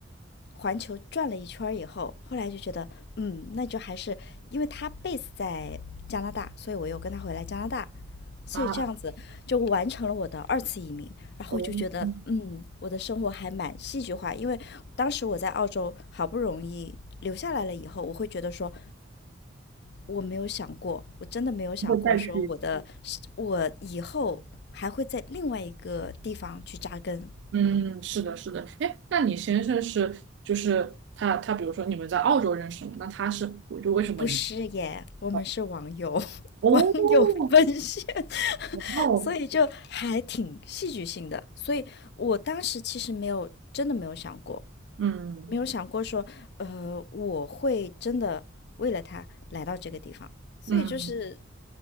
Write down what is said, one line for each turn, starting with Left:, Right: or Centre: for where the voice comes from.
Left: 环球转了一圈以后，后来就觉得，嗯，那就还是因为他 base 在加拿大，所以我又跟他回来加拿大，所以这样子就完成了我的二次移民。
Right: 啊，
Left: 然后我就觉得，
Right: 哦。
Left: 嗯，我的生活还蛮戏剧化，因为当时我在澳洲好不容易留下来了以后，我会觉得说，我没有想过，我真的没有想过说我的
Right: 会再去。
Left: 我以后还会在另外一个地方去扎根，
Right: 嗯，是的，是的。哎，那你先生是就是他他，比如说你们在澳洲认识嘛？那他是，我就为什么你？
Left: 不是耶，我们是网友
Right: 哦
Left: <laughs>，
Right: 哦，
Left: 网友奔现 <laughs>，
Right: 哇哦，
Left: 所以就还挺戏剧性的。所以我当时其实没有真的没有想过，
Right: 嗯
Left: 没有想过说，呃，我会真的为了他来到这个地方。所以就是
Right: 嗯，